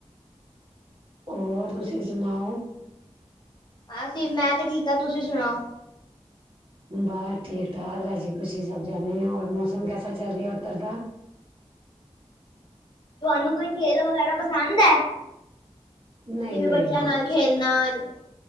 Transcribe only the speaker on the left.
ਆ ਸੀ, ਮੈਂ ਤੇ ਠੀਕ ਹਾਂ ਤੁਸੀਂ ਸੁਣਾਓ?
ਤੁਹਾਨੂੰ ਕੋਈ ਖੇਲ ਵਗੈਰਾ ਪਸੰਦ ਐ?
ਜਿਵੇਂ
ਬੱਚਿਆਂ ਨਾਲ ਖੇਲ ਨਾਲ?